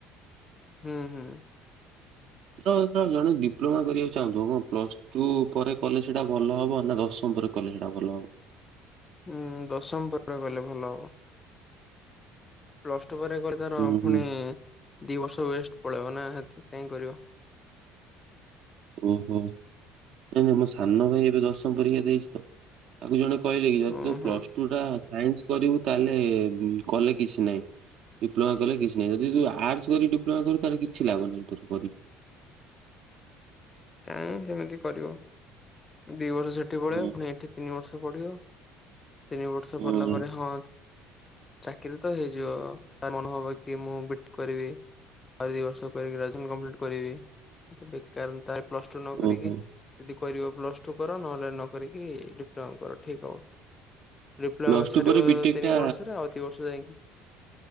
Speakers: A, on the left; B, on the right.
A: ହୁଁ ହୁଁ।
B: ତ ତ ଜଣେ ଡିପ୍ଲୋମା କରିବାକୁ ଚାହୁଁଥିବ କଣ ପ୍ଲସ ଟୁ ପରେ କଲେ ସେଟା ଭଲ ହବ ନା ଦଶମ ପରେ କଲେ ସେଟା ଭଲ ହବ।
A: ଉଁ ଦଶମ ପରେ ଗଲେ ଭଲ ହବ। ପ୍ଲସ୍ ଟୁ ପରେ କରି ତାର
B: ହୁଁ
A: ପୁଣି
B: ହୁଁ।
A: ଦି ବର୍ଷ ୱେଷ୍ଟ ପଳେଇବ ନା ତ କାଇଁ କରିବ।
B: ଓହୋ ନାଇଁ ନାଇଁ ମୋ ସାନ ଭାଇ ଏବେ ଦଶମ ପରୀକ୍ଷା ଦେଇଚି ତ। ତାକୁ ଜଣେ କହିଲେ କି ଯଦି
A: ଉଁ
B: ତୁ
A: ହୁଁ
B: ପ୍ଲସ ଟୁ ଟା ସାଇନ୍ସ କରିବୁ ତାହେଲେ କଲେ କିଛି ନାହିଁ। ଡିପ୍ଲୋମା କଲେ କିଛି ନାହିଁ ଯଦି ତୁ ଆର୍ଟସ କରି ଡିପ୍ଲୋମା କରୁ କିଛି ଲାଭ ନାହିଁ ତୋର କରିି
A: କାଇଁ ସେମିତି କରିବ ଦି ବର୍ଷ ସେଠି ପଢେଇବ
B: ହୁଁ
A: ପୁଣି ଏଠି ତିନି ବର୍ଷ ପଢିବ। ତିନି ବର୍ଷ
B: ହୁଁ
A: ପଡିଲା ପରେ ହଁ ଚାକିରୀ ତ ହେଇଯିବ ତା ମନ ହବ କି ମୁଁ ବିଟ୍ କରିବି। ଆଉରି ଦିଇ ବର୍ଷ କରିକି ଗ୍ରାଜୁଏସନ୍ କମ୍ପ୍ଲିଟ କରିବି ତ ବେକାର ଉଁ ତାର ପ୍ଲସ ଟୁ ନ କରିକି
B: ଓହୋ
A: ଯଦି କରିବ ପ୍ଲସ ଟୁ କର ନହେଲେ ନ କରିକି ଡିପ୍ଲମା କର ଠିକ୍ ହବ। ଡିପ୍ଲୋମା
B: ପ୍ଲସ
A: ସରିବ
B: ଟୁ ପରେ ବିଟେକ୍
A: ତିନି
B: ଟା
A: ବର୍ଷରେ ଆଉ ଦି ବର୍ଷ ଯାଇଁକି